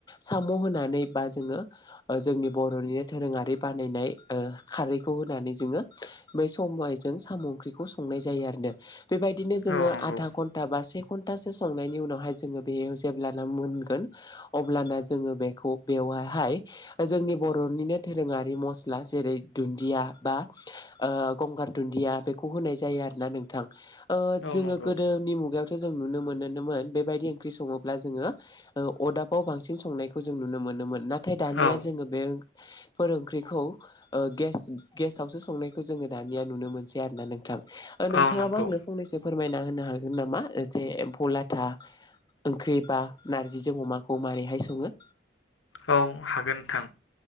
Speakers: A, on the left; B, on the left.
A: साम' होनानै बा जोङो जोंनि बर'नि नो दोरोंआरि बानायनाय ओ खारैखौ होनानै जोङो बै सबायजों साम' ओंख्रिखौ सं संनाय जायो आरो। बेबायदिनो जों
B: औ नंगौ
A: आदा घन्टा बा से घन्टा न्टासो संनायनि उनावहाय जोङो बेयो जेब्लाना मोनगोन अब्लाना जोङो बेखौ बेवहाय बेवहाय जोंनि बर'निनो दोरोंआरि मस्ला जेरै दुन्दिया बा ओ गंगार दुन्दिया बेखौ होनाय जायो आरोना नोंथां। ओ
B: औ
A: जोङो
B: नंगौ
A: गोदोनि मुगायाव जों नुनो मोनोमोन बेबायदि ओंख्रि सङोब्ला जोङो अरदाबाव बांसिन संनायखौ जों नुनो मोनो। मोनोमोन नाथाय दानिया
B: औ
A: जोङो बे फोर ओंख्रिखौ ओ गेस गेसावसो संनायखौ जोङो दानिया नुनो मोनसै आरोना नोंथां। नोंथाङाबो
B: औ नंगौ
A: आंनो फंनैसो फोरमायना होनो हागोन नामा जे एम्फौ लाथा। ओंख्रि बा नारजिजों अमाखौ मारैहाय सङो।
B: औ हागोन नोंथां।